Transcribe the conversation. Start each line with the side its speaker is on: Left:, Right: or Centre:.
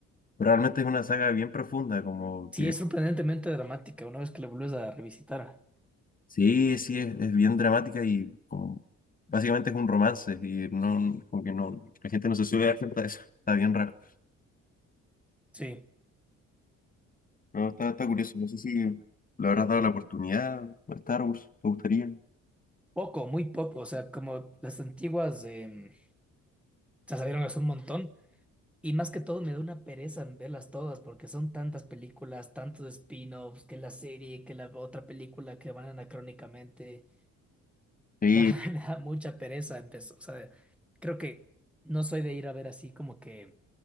Left: Pero realmente es una saga bien profunda, como
Centre: Sí,
Left: que
Centre: es sorprendentemente dramática una vez que la vuelves a revisitar.
Left: sí, sí, es, es bien dramática y como básicamente es un romance y no, como que no, la gente no se suele dar cuenta de eso. Está bien raro.
Centre: Sí.
Left: No, está, está curioso. No sé si le habrás dado la oportunidad a Star Wars, ¿te gustaría?
Centre: Poco, muy poco. O sea, como las antiguas em, se salieron hace un montón. Y más que todo me da una pereza en verlas todas porque son tantas películas, tantos spin-offs, que la serie, que la otra película que van anacrónicamente.
Left: Sí,
Centre: La verdad <laughs> me da mucha pereza empezó, o sea, creo que no soy de ir a ver así como que